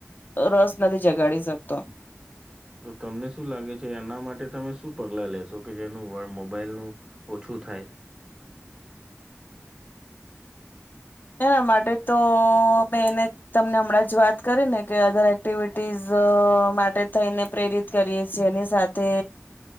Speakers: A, on the left; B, on the right.
A: રસ નથી જગાડી શકતો
B: તો તમને શું લાગે છે એના માટે તમે શું પગલાં લેશો કે જેનું <inaudible> મોબાઈલનું ઓછું થાય
A: એના માટે તો મેં એને તમને હમણાં જ વાત કરી ને કે અધર એક્ટિવિટીઝ માટે થઈને પ્રેરિત કરીએ છીએ એની સાથે